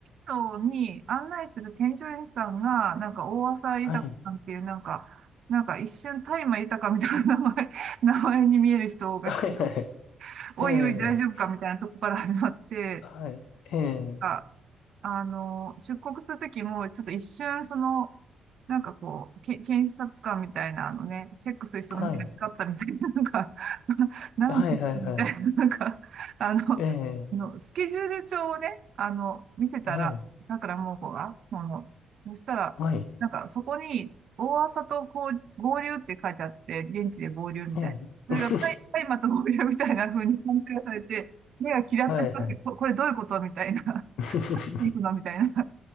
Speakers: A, on the right (about 60°); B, on the left (about 75°).
A: ドに案内する添乗員さんが、なんか大浅井豊さんっていう、
B: はい。
A: なんか、なんか一瞬大麻豊みたいな名前、名前に見える人が来て、
B: <laughs> はいはい。
A: おいおい大丈夫かみたいなとこから始まって、
B: ええ、はい。ええ、
A: あ、あの、出国するときも、ちょっと一瞬その、なんかこう、け、検察官みたいな、あのね、チェックする人の目が光ったみたいな、
B: はい。
A: なんか、<laughs> 何してるのみたいな、
B: はいはいはい。
A: なんか、あの、
B: ええ、
A: あのスケジュール帳をね、あの、見せたら、
B: はい。
A: だからもうこが、この、そしたら、
B: はい。
A: なんかそこに、大朝とこう合流って書いてあって、現地で合流みたいな。
B: ええ。
A: それがタイ、
B: <laughs>
A: タイまた合流みたいな風に判定されて、目がキラッと光って、
B: はいはい
A: こ、これどういうことみたいな。
B: <laughs>
A: 行くのみたいな。